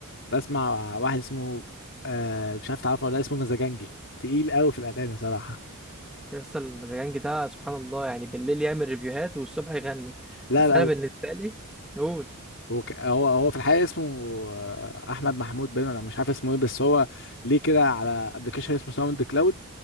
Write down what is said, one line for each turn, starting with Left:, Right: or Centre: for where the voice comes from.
Left: بسمع واحد اسمه آه مش عارف تعرفه ولا لأ، اسمه مزاجنجي تقيل قوي في الاغاني صراحه
Centre: يا اسطى المزاجنج ده سبحان الله يعني بالليل يعمل ريفيوهات والصبح يغني
Left: لا
Centre: بس
Left: لا
Centre: انا
Left: هو
Centre: بالنسبه لي نقول
Left: هو ك- هو هو في الحقيقه اسمه آه، احمد محمود باين انا مش عارف اسمه ايه بس هو ليه كده على ابلكيشن اسمه ساوند كلاود